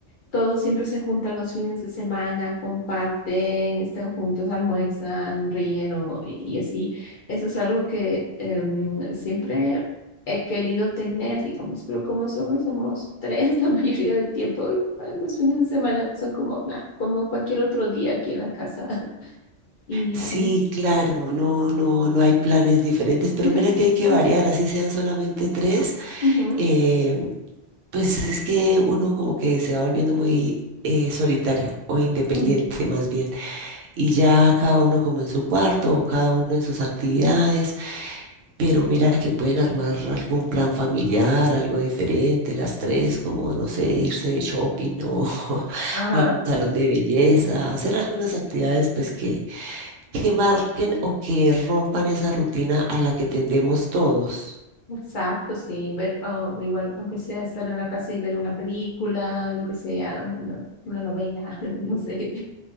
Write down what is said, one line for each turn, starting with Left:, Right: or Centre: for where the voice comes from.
Left: todos siempre se juntan los fines de semana, comparten, están juntos, almuerzan, ríen o, y, y así. Eso es algo que em, siempre he querido tener, digamos, pero como solo somos tres <laughs> la mayoría del tiempo, igual los fines de semana son como, nah, como cualquier otro día aquí en la casa. <laughs> Y
Right: Sí,
Left: sí.
Right: claro, no, no, no hay planes diferentes, pero
Left: <laughs>
Right: mira que hay que variar, así sean solamente tres.
Left: Ujú,
Right: eh, pues es que uno como que se va volviendo muy eh, solitario o independiente
Left: ujú.
Right: más bien, y ya cada uno como en su cuarto o cada uno en sus actividades, pero mira que pueden armar algún plan familiar, algo diferente, las tres, como no sé, irse de shopping o, <laughs>
Left: Ajá,
Right: o al salón de belleza, hacer algunas actividades pues que, que marquen o que rompan esa rutina a la que tendemos todos.
Left: exacto, sí, ver, o igual, aunque sea estar en la casa y ver una película, lo que sea, una, una novela, <laughs> no sé.